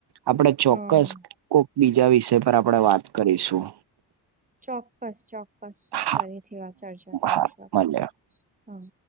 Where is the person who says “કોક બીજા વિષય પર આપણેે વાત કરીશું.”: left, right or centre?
Right